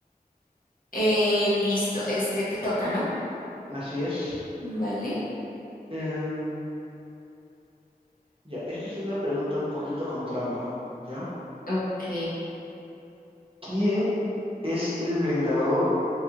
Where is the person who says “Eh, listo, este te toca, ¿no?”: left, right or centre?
Left